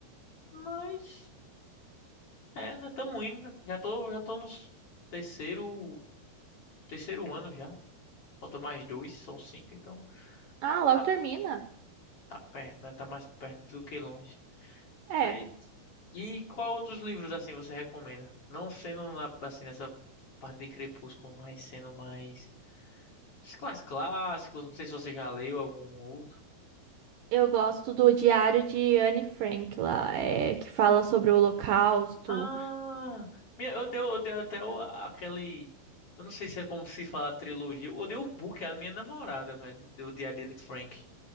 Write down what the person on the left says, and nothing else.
Mas, é, né? Tamo indo, né? Já tô, já tô nos terceiro, terceiro ano já. Falta mais dois, são cinco, então
tá,
tá perto, né? Tá mais perto do que longe.
Mas e qual outros livros assim você recomenda? Não sendo na- assim nessa parte de Crepúsculo, mas sendo mais mais clássicos. Não sei se você já leu algum outro.
Ah, minha- eu dei, eu dei até o- aquele. Eu não sei se é como se fala trilogia. Eu dei o book à minha namorada, velho. Deu o de Anne Frank.